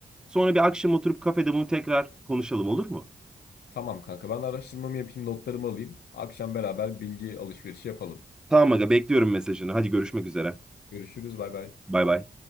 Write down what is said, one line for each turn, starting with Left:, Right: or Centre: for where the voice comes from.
Centre: Sonra bir akşam oturup kafede bunu tekrar konuşalım olur mu?
Left: Tamam kanka ben araştırmamı yapayım, notlarımı alayım. Akşam beraber bilgi alışverişi yapalım.
Centre: Tamam aga bekliyorum mesajını. Hadi görüşmek üzere.
Left: Görüşürüz, bay bay.
Centre: Bay bay.